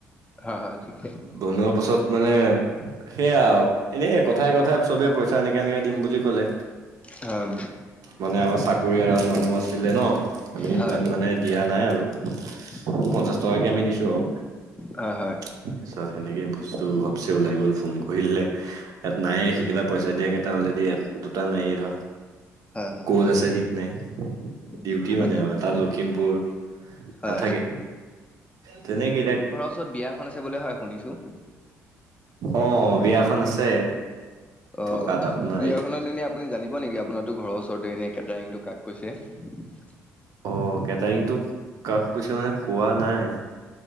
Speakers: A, on the left; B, on the right.
A: হা- হা ঠিকে।
B: বনোৱা পাছত মানে সেয়া আৰু এনে কথাই-কথাই চবে পইচা এনেকে-এনেকে দিম বুলি কলে।
A: হয়
B: মানে আমাৰ চাকৰি এৰাল মানুহ আছিলে ন আমি
A: হয়
B: ইমান মানে দিয়া নাই আৰু।
A: <inaudible>
B: পঞ্চাশ টকাকে আমি দিছো আৰু।
A: হয়-হয়।
B: তাৰ পিছত সেনেকে বস্তু ঘপচে ওলাই গল ফোন কৰিলে ইয়াত নাই
A: উম
B: সেইকেইটা পইচা পিছত দিয়াকেইটা অলৰেডি দুটা নাই ধৰ
A: হয় হয়
B: ক'ত আছে ঠিক নাই। ডিউটি
A: উম বাকী
B: মানে আৰু তাত লখিমপুৰ
A: হয়
B: নাথাকে। তেনেকে
A: তাৰপিছত বিয়াখন আছে বোলে হয় শুনিছো।
B: অঁ বিয়াখন আছে।
A: অঁ
B: থকাত আপোনাৰ
A: বিয়াখনত এনেই আপুনি জানিব নেকি আপোনাৰটো ঘৰৰ ওচৰতে এনেই কেটাৰিংটো কাক কৈছে?
B: অঁ কেটাৰিংটো কাক কৈছে মানে কোৱা নাই।